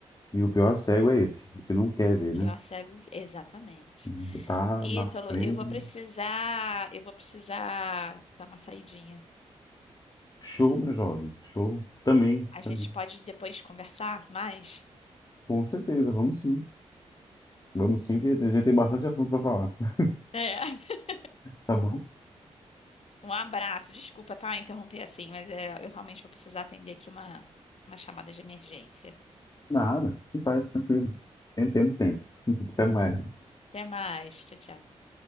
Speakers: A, on the left (about 35°); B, on the left (about 60°).
A: E o pior cego é esse, o que não quer ver,
B: E o pior
A: né?
B: cego, exatamente.
A: Hum, Tá
B: Ítalo,
A: na frente.
B: eu vou precisar, eu vou precisar dar uma saidinha.
A: Show, meu jovem. Show. Também,
B: A
A: também.
B: gente pode depois conversar mais?
A: Com certeza, vamos sim. Vamos sim, que a gente tem bastante assunto para falar. <laughs>
B: É. <laughs>
A: Tá bom?
B: Um abraço. Desculpa, tá? Interromper assim, mas é, eu realmente vou precisar atender aqui uma, uma chamada de emergência.
A: Nada. Não faz, tranquilo. Temos, temos tempo. <laughs> Até mais.
B: Até mais. Tchau, tchau.